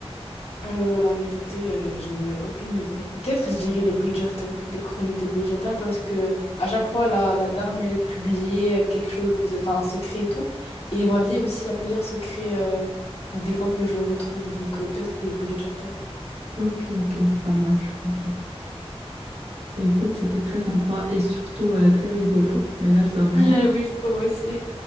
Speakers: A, on the left (about 65°); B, on the right (about 85°).
A: euh, la vérité, euh, je n'en ai aucune idée. Peut-être je dirais les Bridgerton, les chroniques des Bridgerton, parce que à chaque fois, la, la dame, elle publiait euh, quelque chose, enfin un secret et tout. Et ma vie aussi, il y a plusieurs secrets, euh, des fois que je retrouve. Donc euh, peut-être les Bridgerton. <laughs>
B: Ok, ok, pas mal, je comprends. Bah, écoute, c'était très sympa et surtout euh, très rigolo. Mais là, je dois vraiment.
A: Oui, je trouve aussi.